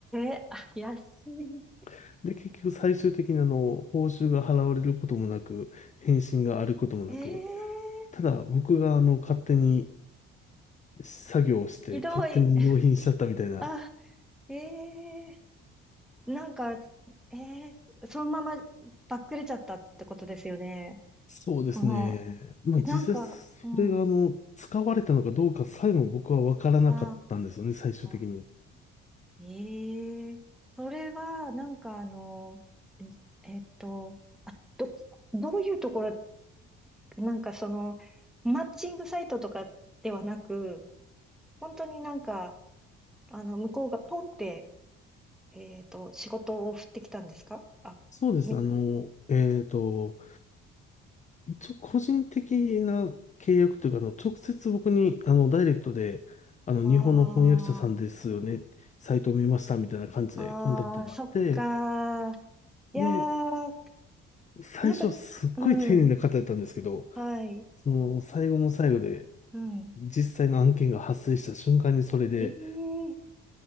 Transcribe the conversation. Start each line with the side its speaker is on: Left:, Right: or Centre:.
Centre: えあ、安い。
Left: <laughs> で、結局最終的にあの、報酬が払われることもなく、返信があることもなく、
Centre: ええ
Left: ただ僕があの、勝手に作業をして勝手に納品しちゃったみたいな。
Centre: ひどい。あ、ええなんか、ええそのままばっくれちゃったってことですよね。
Left: そうですね。
Centre: もう、
Left: まあ実際それがあの、
Centre: え、なんか、うん。
Left: 使われたのかどうかさえも僕はわからなかったんですよね、
Centre: あ
Left: 最終的に。
Centre: あ、ええそれは、なんかあの、ええっと、あ、ど、どういうところ、なんかその、マッチングサイトとかではなく、本当になんか、あの、向こうがポンって、えっと、仕事を振ってきたんですかあ、
Left: そうです。
Centre: み、
Left: あの、えっと、一応個人的な契約というか、あの、直接僕に、あの、ダイレクトで、あの、
Centre: あー、
Left: 日本の翻訳者さんですよね、サイトを見ましたみたいな感じでコンタクトがあって、
Centre: あー、そっかー。いやー、
Left: で、最初はすっごい丁寧な方だったんですけど、
Centre: なんかうん、はい、
Left: その、最後の最後で、
Centre: うん。
Left: 実際の案件が発生した瞬間にそれで、
Centre: えー、